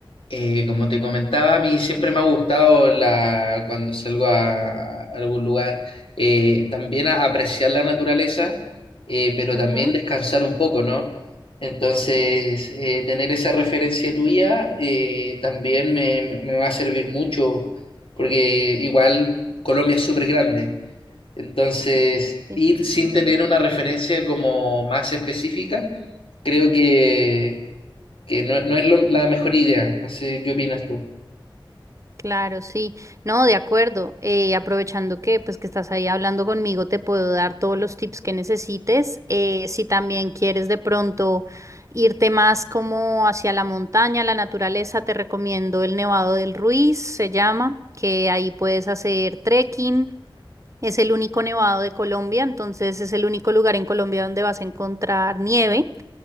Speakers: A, on the left; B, on the right.
A: eh, como te comentaba, a mí siempre me ha gustado la, cuando salgo a, algún lugar, eh, también a- apreciar la naturaleza, eh, pero
B: Ujú,
A: también descansar un poco, ¿no? Entonces, eh, tener esa referencia tuya eh, también me, me va a servir mucho, porque igual Colombia es súper grande. Entonces,
B: Sí,
A: ir sin tener una referencia como más específica, creo que, que no, no es lo- la mejor idea. No sé qué opinas tú.
B: claro, sí. No, de acuerdo. Eh, aprovechando que pues que estás ahí hablando conmigo, te puedo dar todos los tips que necesites. Eh, si también quieres de pronto irte más como hacia la montaña, la naturaleza, te recomiendo el Nevado del Ruiz, se llama, que ahí puedes hacer trekking. Es el único nevado de Colombia, entonces es el único lugar en Colombia donde vas a encontrar nieve.